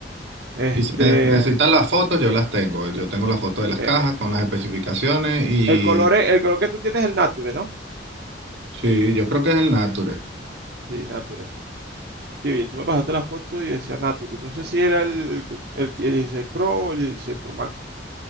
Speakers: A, on the right; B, on the right.
A: Este,
B: Y si ne- necesitas las fotos, yo las tengo. Yo tengo las fotos de las
A: eh,
B: cajas con las
A: eh,
B: especificaciones y
A: El color, es- el color que tú tienes es el Nature, ¿no?
B: sí, yo creo que es el Nature.
A: Sí, Nature. Sí, tú me pasaste la foto y decía Nature. No sé si era el, el, el 16 Pro o el 16 Pro Max.